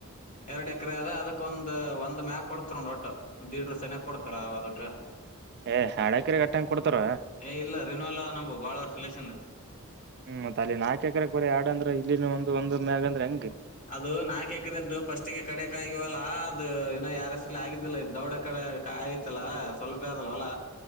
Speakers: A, on the left; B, on the right.
A: ಎರಡು ಎಕರೆ ಅದ ಅದಕ್ಕೊಂದ್ ಒಂದ ಒಂದ್ ಮ್ಯಾಾಗ ಕೊಡ್ತಾರ ನ ಒಟ್ಟ ದೀಡ್ ರ ಸನಯ ಕೊಡ್ತಾರ ಅದಕ್
B: ಏ ಎರಡ್ ಎಕರೆ ಗಟ್ಟಂಗ ಕೊಡ್ತಾರ
A: ಏ <unintelligible> ಅಲ್ಲ ನಂಬು ಬಾಳವರ್ ಸುಲಷನ್.
B: ಹ್ಮ್ ಮತ್ತತ್ ಅಲ್ಲಿ ನಾಕ ಎಕರೆಕ್ ಬೀ ಆಡ ಅಂದ್ರ ಇಲ್ಲಿನ ಒಂದ ಒಂದ್ ಮ್ಯ ಅಂದ್ರೆ ಹೆಂಗೆ
A: ಅದು ನಾಲ್ಕು ಎಕರೆದ್ದು ಫಸ್ಟ್ಗೆ ಕಡಕ್ ಆಗವಲ್ಲಾ ಅದು ಇನ್ನ ಯಾರ ಹೆಸ್ರಲಿ ಆಗಿದಿಲ್ಲ ದೊಡ್ಡ ಕಡೆ. ಕಾಯತ್ಲ್ಲ ಸಲ್ಪ ಅದಲ್ಲ ವೊಲ